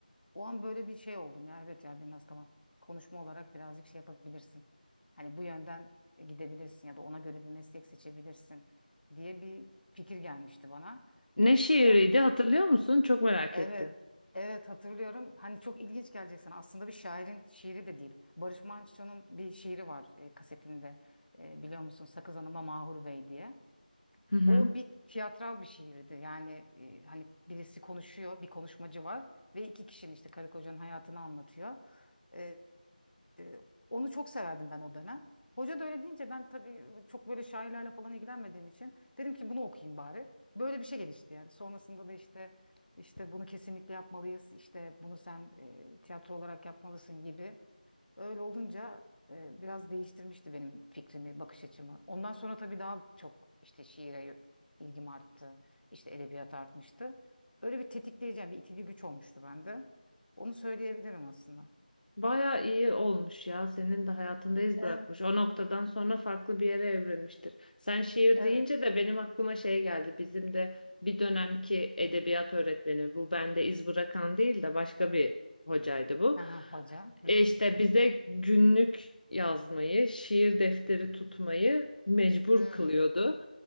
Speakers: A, on the left (about 80°); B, on the left (about 65°).
A: O an böyle bir şey oldum ya evet ya biraz tamam. Konuşma olarak birazcık şey yapabilirsin. Hani bu yönden gidebilirsin ya da ona göre bir meslek seçebilirsin diye bir fikir gelmişti bana.
B: Ne
A: Ee,
B: şiiriydi
A: o
B: hatırlıyor musun? Çok merak
A: Evet,
B: ettim.
A: evet hatırlıyorum. Hani çok ilginç gelecek sana. Aslında bir şairin şiiri de değil. Barış Manço'nun bir şiiri var e, kasetinde. E, biliyor musun? Sakız Hanım'a Mahur Bey diye.
B: Hı hı.
A: O bir tiyatral bir şiirdi. Yani e, hani birisi konuşuyor, bir konuşmacı var ve iki kişinin işte karı kocanın hayatını anlatıyor. E, e, onu çok severdim ben o dönem. Hoca da öyle deyince ben tabii çok böyle şairlerle falan ilgilenmediğim için dedim ki bunu okuyayım bari. Böyle bir şey gelişti yani. Sonrasında da işte işte bunu kesinlikle yapmalıyız. İşte bunu sen e, tiyatro olarak yapmalısın gibi. Öyle olunca e, biraz değiştirmişti benim fikrimi, bakış açımı. Ondan sonra tabii daha çok işte şiire ilgim arttı. İşte edebiyat artmıştı. Öyle bir tetikleyici, yani bir itici güç olmuştu bende. Onu söyleyebilirim aslında.
B: Baya iyi olmuş ya. Senin de hayatında iz
A: Evet,
B: bırakmış. O noktadan sonra farklı bir yere evrilmiştir. Sen şiir
A: evet.
B: deyince de benim aklıma şey geldi. Bizim de bir dönemki edebiyat öğretmeni bu bende iz bırakan değil de başka bir hocaydı bu.
A: Aha, hoca. Hı
B: E
A: hı.
B: işte bize günlük yazmayı, şiir defteri tutmayı mecbur
A: Hmm.
B: kılıyordu.